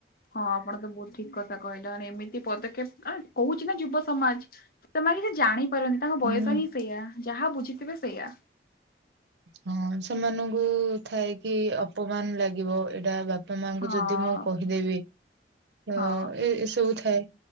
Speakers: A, on the left (about 55°); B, on the right (about 70°).
A: ହଁ ଆପଣ ତ ବହୁତ ଠିକ କଥା କହିଲଣି ଏମିତି ପଦକ୍ଷେପ କହୁଛି ନା ଯୁବ ସମାଜ। ସେ ମାନେ କିଛି ଜାଣିପାରନି ତାଙ୍କ
B: ହୁଁ।
A: ବୟସ ହିଁ ସେଇୟା ଯାହା ବୁଝିଥିବେ ସେଇୟା।
B: ହଁ ସେମାନଙ୍କୁ ଥାଏ କି ଅପମାନ ଲାଗିବ ଏଇଟା ବା ବାପା ମାଙ୍କୁ
A: ହଁ
B: ଯଦି ମୁଁ କହିଦେବି ତ
A: ହଁ
B: ଏ ଏସବୁ ଥାଏ।